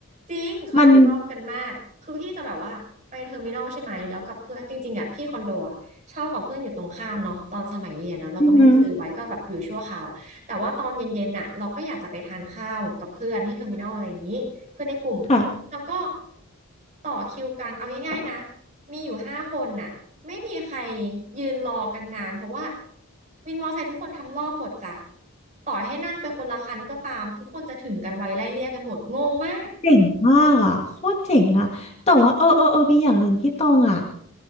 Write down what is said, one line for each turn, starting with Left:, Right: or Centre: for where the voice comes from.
Right: จริงเขาทำรอบกันมากคือพี่จะแบบว่าไปเทอร์มินอลใช่ไหมแล้วกับเพื่อนจริงๆอ่ะพี่คอนโดอ่ะเช่ากับเพื่อนอยู่ตรงข้ามเนาะตอนสมัยเรียนนะเราก็ไม่ได้ซื้อไว้ก็แบบอยู่ชั่วคราวแต่ว่าตอนเย็นๆน่ะเราก็อยากจะไปทานข้าวกับเพื่อนที่เทอร์มินอลอะไรอย่างนี้เพื่อนในกลุ่ม
Left: มันอือหือค่ะ
Right: แล้วก็ต่อคิวกันเอาง่ายๆนะมีอยู่ห้าคนน่ะไม่มีใครยืนรอกันนานเพราะว่าวินมอไซค์ทุกคนทำรอบหมดจ้ะต่อให้นั่งไปคนละคันก็ตามทุกคนจะถึงกันไวไล่เลี่ยกันหมดงงมาก
Left: เจ๋งมากอ่ะโคตรเจ๋งอ่ะแต่ว่าเออเออเออมีอย่างหนึ่งที่ตองอ่ะ